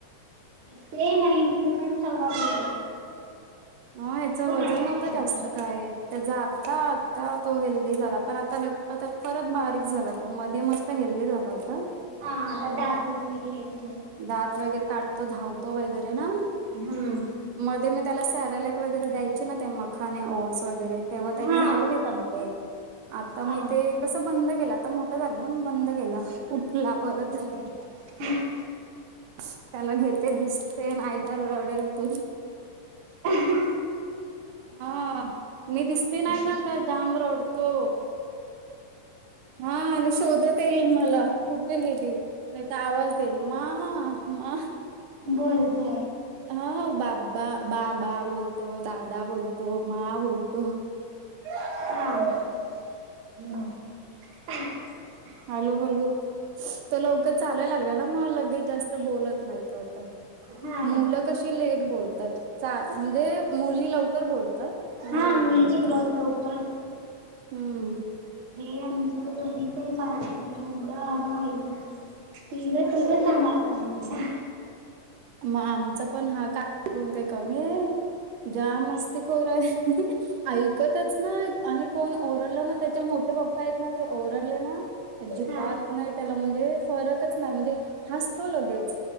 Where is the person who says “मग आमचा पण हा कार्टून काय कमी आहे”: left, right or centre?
Right